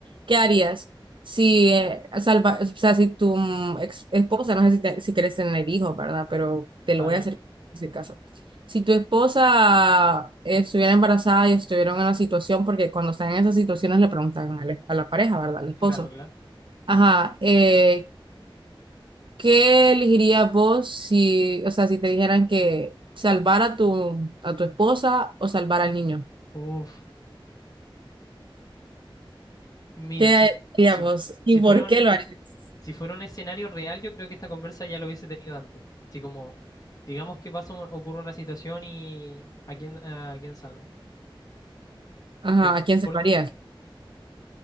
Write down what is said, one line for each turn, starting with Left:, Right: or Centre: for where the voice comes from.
Right: ¿Qué harías si, eh, salva, o sea, si tu mm, ex- esposa, no sé si, te- si quieres tener hijos, ¿verdad? Pero te
Left: vale,
Right: lo voy
Left: vale.
Right: a hacer ese caso. Si tu esposa eh, estuviera embarazada y estuviera en una situación, porque cuando están en esas situaciones le preguntan a la, a la pareja, ¿verdad? Al esposo.
Left: Claro, claro.
Right: Ajá, eh, ¿Qué elegirías vos si, o sea, si te dijeran que salvar a tu, a tu esposa o salvar al niño?
Left: Uf, mira,
Right: ¿Qué
Left: si, fu-
Right: harías
Left: si,
Right: vos?
Left: fu-
Right: ¿Y
Left: si
Right: por
Left: fuera un,
Right: qué lo harías?
Left: Si fuera un escenario real, yo creo que esta conversa ya lo hubiese tenido antes. Así como, digamos que pasa, un- ocurre una situación y ¿a quién, a quién salvo?
Right: Ajá,
Left: Porque,
Right: ¿a quién
Left: por-
Right: salvarías?